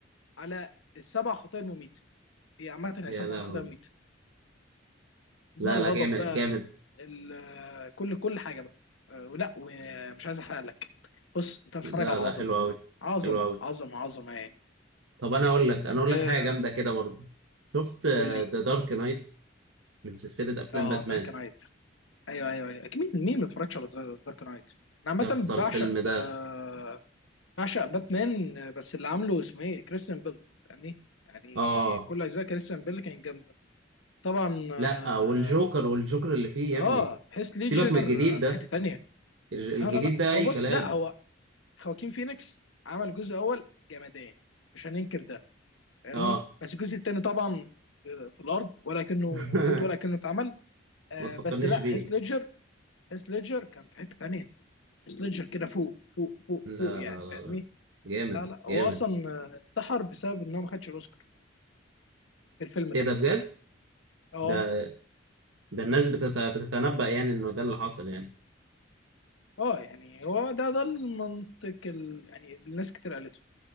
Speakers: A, on the left; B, on the right.
A: على السبع خطايا المميتة هي عامة هي
B: يا
A: سبع
B: لهوي
A: خطايا مميتة منها
B: لا
A: الغضب
B: لا جامد
A: بقى
B: جامد
A: ال- كل كل حاجة بقى آه، ولا ومش عايز احرق لك بص انت بتتفرج
B: لا
A: على
B: لا
A: عظمة
B: حلو قوي
A: عظمة
B: حلو قوي
A: عظمة عظمة يعني
B: طب انا اقول لك انا اقول
A: آه
B: لك حاجه جامده كده برضه شفت ذا
A: قول لي
B: دارك نايت من سلسله افلام
A: اه
B: باتمان
A: دارك نايت ايوه ايوه ايوه أكيد مين مين ما اتفرجش على دارك نايت انا عامة
B: يا اسطى الفيلم
A: بعشق
B: ده
A: آه بعشق باتمان آه، بس اللي عامله اسمه ايه كريستيان بيل فاهمني يعني
B: اه
A: كل اجزاء كريستيان بيل كان جامدة طبعا آه
B: لا والجوكر والجوكر اللي فيه يا
A: اه
B: ابني
A: هيث ليدجر
B: سيبك من الجديد ده
A: في حته تانية
B: الج- الجديد
A: لا لا لا
B: ده
A: آه،
B: اي
A: بص
B: كلام
A: لا هو خواكين فينيكس عمل جزء اول جمدان مش هننكر ده فاهمني
B: اه
A: بس الجزء التاني طبعا في في الارض ولا كأنه
B: <laughs>
A: موجود ولا كأنه اتعمل آه
B: ما تفكرنيش
A: بس لا
B: بيه
A: هيث ليدجر هيث ليدجر كان في حته تانية هيث ليدجر كده فوق فوق فوق
B: لا
A: فوق يعني
B: لا لا
A: فاهمني
B: لا جامد
A: لا لا هو
B: جامد
A: اصلا آه، انتحر بسبب ان هو ما خدش الاوسكار في الفيلم
B: ايه
A: ده
B: ده بجد
A: اه
B: ده ده الناس بتت... بتتنبأ يعني انه ده اللي حصل يعني
A: اه يعني هو ده ده المنطق ال... يعني الناس كتير قالته